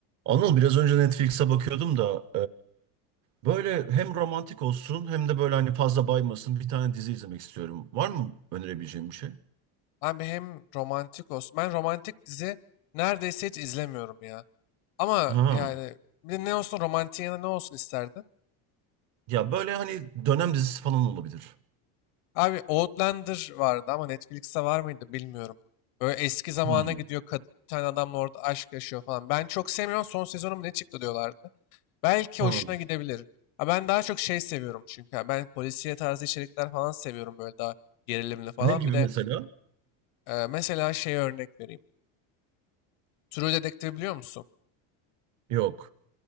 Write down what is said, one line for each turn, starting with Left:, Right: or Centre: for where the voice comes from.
Right: Anıl biraz önce Netflix'e bakıyordum da e, böyle hem romantik olsun hem de böyle hani fazla baymasın bir tane dizi izlemek istiyorum. Var mı önerebileceğim bir şey?
Left: Abi hem romantik olsun. Ben romantik dizi neredeyse hiç izlemiyorum ya. Ama
Right: Ha.
Left: yani bir de ne olsun romantik yana ne olsun isterdin?
Right: Ya böyle hani dönem dizisi falan olabilir.
Left: Abi Outlander vardı ama Netflix'te var mıydı bilmiyorum. Böyle eski zamana
Right: Hmm.
Left: gidiyor kadın bir tane adamla orada aşk yaşıyor falan. Ben çok sevmiyorum son sezonu mu ne çıktı diyorlardı. Belki
Right: Ha.
Left: hoşuna gidebilir. Ha ben daha çok şey seviyorum çünkü. Ha Ben polisiye tarzı içerikler falan seviyorum böyle daha gerilimli falan.
Right: Ne gibi
Left: Bir de
Right: mesela?
Left: e, mesela şey örnek vereyim. True Detective biliyor musun?
Right: Yok.